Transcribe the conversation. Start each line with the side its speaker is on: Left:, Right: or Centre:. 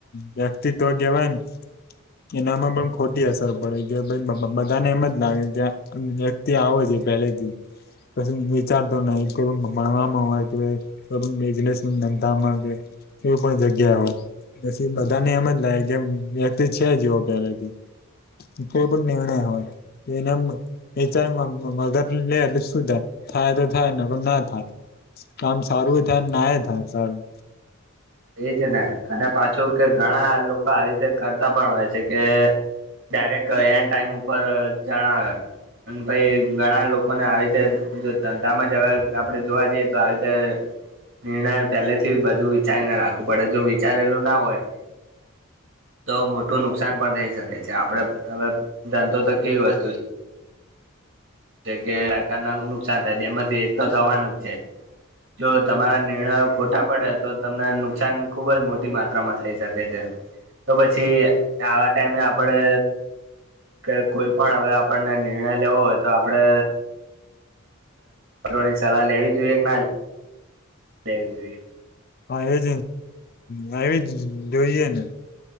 Left: વ્યક્તિત્વ કેવાયને એનામાં પણ ખોટી અસર પડે કે ભય બબ બધાને એમ જ લાગે કે જે તે આવો છે પહેલેથી પછી વિચારતો નઈ કે ભણવામાં હોય કે બિઝનેસ ધંધામાંકે કોઈ પણ જગ્યા એ હોય તે બધાને એમ જ લાગે કેમ વેત છે જેવો પેલાથી કોઈ પણ નિર્ણય હોય એનામ વિચાર્યા વગર લેઇ એટલે શું થાય ફાયદો થાય નકર ના થાય કામ સારું ઈ થાય ના એ થાય સારું
Right: એજ ને અને પાછું કે ઘણા લોકો આવી રીતે કરતા પણ હોય છે કે ડાયરેક્ટ એન્ડ ટાઈમ ઉપર જણાવે અને પછી ઘણા લોકોને આવી રીતે જો ધંધામાં જ હવે આપણેે જોવા જઈએ તો આવી રીતે નિર્ણય પેલેથી બધું વિચારીને રાખવું પડે જો વિચારેલું ના હોય તો મોટું નુકસાન પણ થઈ શકે છે આપળે હવે ધંધોતો કેવી વસ્તુ છે જે કે અત્યારના નુકસાન થાય બે માંથી એક તો થવાનું જ છે જો તમારા નિર્ણયો ખોટા પડે તો તમને નુકસાન ખુબ જ મોટી માત્રામાં થઈ શકે છે. તો પછી આવા ટાઈમે આપડે કે કોઈ પણ હવે આપણને નિર્ણય લેવો હોય તો આપડે કોઈની સલાહ લેવી જોઈએ કે ના લેવી જોઈએ
Left: હા ઈજ લેવી જ જોઈએ ને